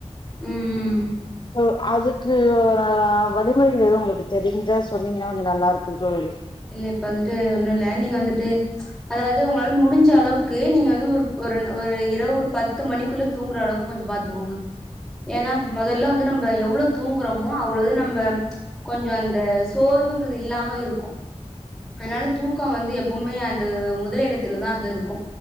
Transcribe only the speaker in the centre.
ம் ம்
இல்ல இப்ப வந்துட்டு ஒன்னு இல்ல நீங்க வந்துட்டு அதாது ஒங்களால முடிஞ்ச அளவுக்கு நீங்க வந்து ஒரு ஒரு இரவு ஒரு பத்து மணிக்குள்ள தூங்ற அளவுக்கு கொஞ்ச பாத்துக்கோங்க ஏனா மொதல்ல வந்து நம்ம எவ்ளோ தூங்குறமோ அவ்ளது நம்ம கொஞ்சோ இந்த சோர்வுங்கிறது இல்லாம இருக்கு அதனால தூக்க வந்து எப்போமே அந்த முதல் எடத்துலதா அது இருக்கு